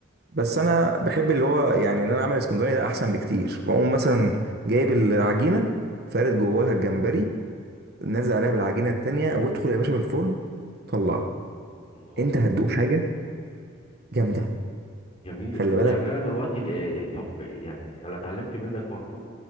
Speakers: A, on the right; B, on the left.
A: بس انا بحب اللي هو يعني ان انا اعمل اسكندراني ده احسن بكتير بقوم مثلا جايب العجينه فارد جواها الجمبري نازل عليها بالعجينه التانيه وادخل يا باشا في الفرن طلعه
B: الله
A: انت هتدوق حاجه جامده
B: جميل
A: خلي بالك
B: يعني انا دلوقتي ال- آه، طب يعني انا اتعلمت منك برضو